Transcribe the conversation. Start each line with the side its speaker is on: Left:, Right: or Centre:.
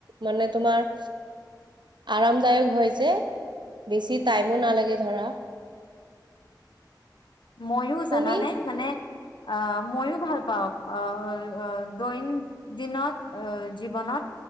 Right: মানে তোমাৰ আৰামদায়ক হয় যে বেছি টাইমো নালাগে ধৰা।
Left: মইয়ো‌
Right: তুমি
Left: জানানে মানে আহ ময়ো ভাল পাওঁ অ, অ দৈন দিনত আহ জীৱনত